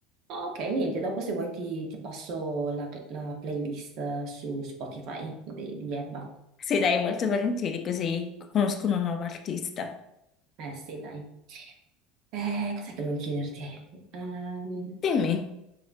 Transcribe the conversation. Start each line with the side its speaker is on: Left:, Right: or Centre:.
Right: ok, niente, dopo se vuoi ti, ti passo la, la playlist su Spotify di, di Ebba.
Left: Sì, dai, molto volentieri, così conosco una nuova artista.
Right: Eh sì, dai. Eh, cos'è che volevo chiederti? Ehm,
Left: Dimmi.